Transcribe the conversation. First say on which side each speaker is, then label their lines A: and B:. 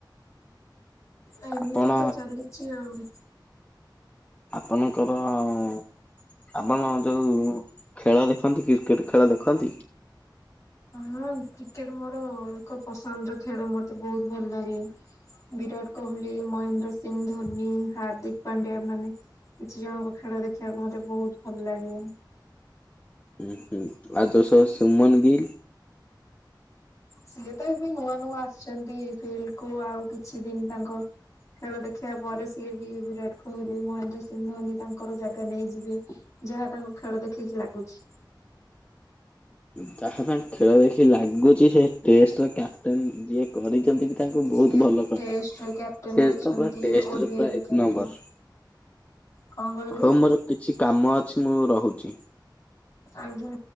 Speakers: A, on the left (about 40°); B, on the left (about 20°).
A: ଏମିତି
B: ଆପଣ
A: ତ ଚାଲିଛି ଆଉ।
B: ମନେକର ଆଉଁ ଆପଣ ଯୋଉ ଖେଳ ଦେଖନ୍ତି କ୍ରିକେଟ ଖେଳ ଦେଖନ୍ତି?
A: ହଁ କ୍ରିକେଟ ମୋର ଏକ ପସନ୍ଦର ଖେଳ ମତେ ବହୁତ ଭଲ ଲାଗେ। ବିରାଟ କୋହଲି ମହେନ୍ଦ୍ର ସିଂହ ଧୋନି ହାର୍ଦ୍ଦିକ ପାଣ୍ଡ୍ୟାଆ ମାନେ ଝିଅଙ୍କ ଖେଳ ଦେଖିବାକ ମତେ ବହୁତ ଭଲ ଲାଗେ।
B: ହୁଁ ହୁଁ ଆ ଯଷ ସୁମନ ଗିିଲ୍
A: ସିଏ ତ ଏବେ ନୂଆ ନୂଆ ଆସିଛନ୍ତି ଫିଲ୍ଡ କୁ ଆଉ କିଛି ଦିନ ତାଙ୍କ ଖେଳ ଦେଖିବା ପରେ ସିଏ ବି ବିରାଟ କୋହଲି ମହେନ୍ଦ୍ର ସିଂହ ଧୋନି ତାଙ୍କର ଜାଗା ନେଇଯିବେ। ଯାହା ତାଙ୍କୁ ଖେଳ ଦେଖିକି ଲାଗୁଛି।
B: ଯାହା ପାଇଁ ଖେଳ ଦେଖି ଲାଗୁଛି ସେ ଟେଷ୍ଟର କ୍ୟାପ୍ଟେନ୍ ଯିଏ କରିଛନ୍ତି ତାଙ୍କୁ
A: ସିଏ
B: ବହୁତ ଭଲ କରି
A: ଟେଷ୍ଟ କ୍ୟାପଟେନ
B: ସେ
A: ଅଛନ୍ତି
B: ତ ପୁରା ଟେଷ୍ଟରେ
A: ଓଡିଆଇରେ
B: ପୁରା ଏକ
A: କ୍ୟାପଟେନ୍।
B: ନମ୍ବର।
A: କଅଁ କହିଲି
B: ହଉ ମୋର କିଛି କାମ ଅଛି ମୁଁ ରହୁଛି।
A: ଆଜ୍ଞା।